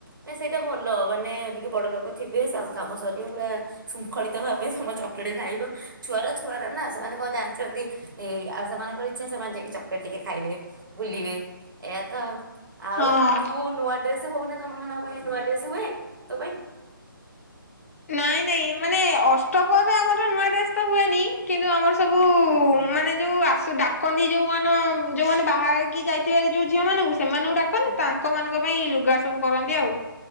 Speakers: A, on the right; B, on the left.
A: ନା ସେଇଟା ଭଲ ମାନେ ଟିକେ ବଡ ଲୋକ ଥିବେ କାମ ସରିବ ପୁରା ଶୃଙ୍ଖଳିତ ଭାବେ ତମ ଚକୋଲେଟ ଖାଇବ ଛୁଆର ଛୁଆର ନା ସେମାନେ କଣ ଜାଣିଛନ୍ତି ଏ ଆଉ ସେମାନଙ୍କର ଇଚ୍ଛା ସେମାନେ ଯାଇକି ଚକଲେଟ ଟିକେ ଖାଇବେ ବୁଲିବେ ଏଇଆ ତ ଆଉ। ଆଉ
B: ହଁ।
A: ତୁ ନୂଆ ଡ୍ରେସ୍ ହଉ ତମ ମାନଙ୍କ ପାଇଁ ନୁଆ ଡ୍ରେସ୍ ହୁଏ। ତୋ ପାଇଁ?
B: ନାଇଁ ନାଇଁ ମାନେ ଅଷ୍ଟପହରି ରେ ଆମର ନୂଆ ଡେସ୍ ତ ହୁଏ କିନ୍ତୁ ଆମର ସବୁ ମାନେ ଯୋଉ ଆସୁ ଡାକନ୍ତି ଯୋଉ ମାନ ଯୋଉମାନେ ବାହାରକି ଯାଇଥିବ ଯୋଉ ଝିଅ ମାନଙ୍କୁ ସେମାନଙ୍କୁ ଡାକନ୍ତି
A: ହଁ
B: ତାଙ୍କ ମାନଙ୍କ ପାଇଁ ଲୁଗା ସବୁ କରନ୍ତି ଆଉ